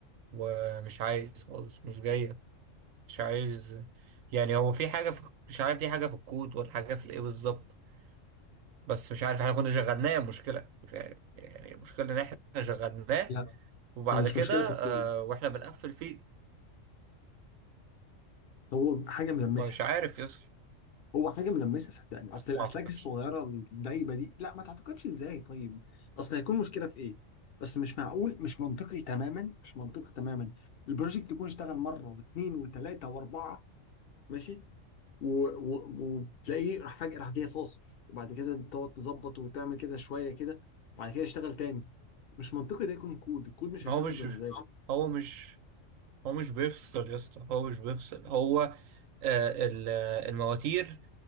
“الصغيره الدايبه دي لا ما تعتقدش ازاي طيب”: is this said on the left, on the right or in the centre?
Left